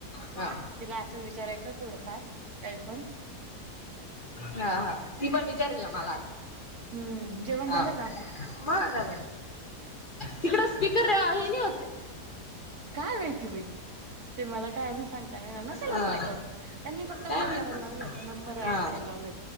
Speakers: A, on the left; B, on the right.
A: हा
B: तिला असं विचारायचं थोडंफार काय पण
A: हा हा ती पण विचारल आ म्हाला
B: हम्म जेवण
A: हा
B: झालं का
A: मा का तिकड स्पीकर आहे ना
B: काय माहिती बाई ते मला काय अजून सांगता नाही ना नसेल
A: हा
B: होत रेकॉर्ड त्यांनी फक्त
A: काय
B: कॉल
A: माहिती
B: करायला लावलेत नंबर
A: हा
B: ऍड करायला लावलेत